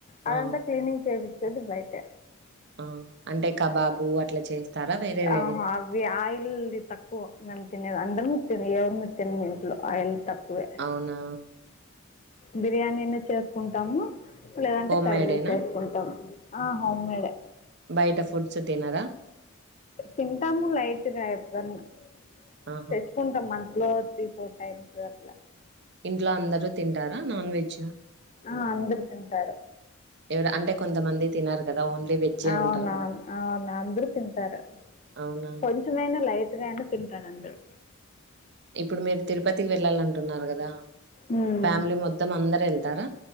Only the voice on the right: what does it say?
ఆ!
ఆ అంటే కబాబు అట్లా చేస్తారా? వేరే వేరే?
అవునా?
హోమ్
మేడేనా?
బయట ఫుడ్స్ తినరా?
ఆహా!
ఇంట్లో అందరూ తింటారా నాన్ వెజ్?
ఎవరు అంటే కొంతమంది తినరు కదా! ఓన్లీ వెజ్జే
ఉంటారు గదా!
అవునా?
ఇప్పుడు మీరు తిరుపతికి వెళ్ళాలంటున్నారు కదా?
ఫ్యామిలీ మొత్తం అందరూ వెళ్తారా?